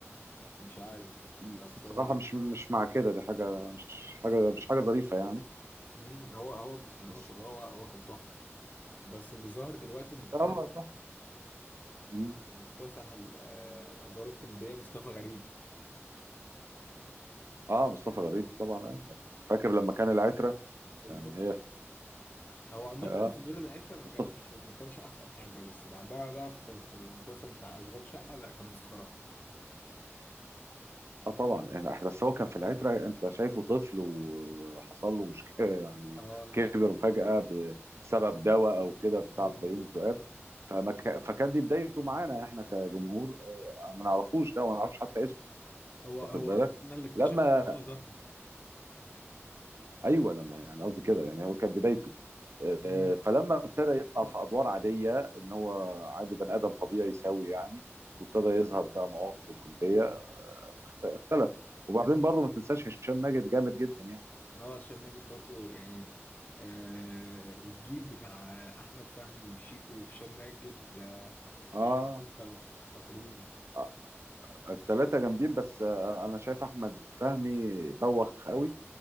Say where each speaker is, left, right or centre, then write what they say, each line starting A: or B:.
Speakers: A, on the left (about 35°); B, on the right (about 65°).
A: مش عارف
B: بس
A: بس
B: بصراحه
A: هو
B: مش مش مع كده دي حاجه مش حاجه مش حاجه ظريفه يعني
A: مم. هو هو بسم الله
B: بس
A: ما شاء الله هو هو كان تحفة بس اللي ظهر دلوقتي مكتسح
B: هو تحفة مم.
A: مكتسح ال- آه، الادوار الكوميديه مصطفى غريب
B: اه مصطفى غريب طبعا أيوة. فاكر لما كان العترة
A: العتر
B: يعني هي
A: هو عامه
B: اه
A: في دور العتر ما
B: مصطفى
A: كانش ما كانش احسن حاجه بس بعدها بقى في في المسلسل بتاع اشغال شقه لا كان مسخره
B: اه طبعا يعني بس هو كان في العترة انت شايفه طفل و- وحصل له مشكلة يعني
A: اه مش
B: كبر فجأة ب- بسبب دواء او كده بتاع
A: مم.
B: بيومي فؤاد فما ك... فكان دي بدايته معانا احنا كجمهور آه، ما نعرفوش ده وما نعرفش حتى اسمه
A: هو
B: واخد
A: هو
B: بالك
A: انا اللي اكتشفت
B: لما
A: ان هو ظهر
B: ايوه لما يعني قصدي كده يعني هو كانت بدايته آه،
A: مم.
B: فلما ابتدى يطلع في ادوار عادية ان هو عادي بني ادم طبيعي سوي يعني وابتدى يظهر بقى مواقفه الكوميدية اخت- اختلف وبعدين
A: مم.
B: برضه ما تنساش هشام ماجد جامد جدا يعني
A: اه هشام ماجد برضو يعني آه الجيل بتاع احمد فهمي وشيكو وهشام ماجد آه بتاع
B: اه
A: دول كانوا خاطرين
B: آه، التلاتة جامدين بس آه، انا شايف احمد فهمي بوخ قوي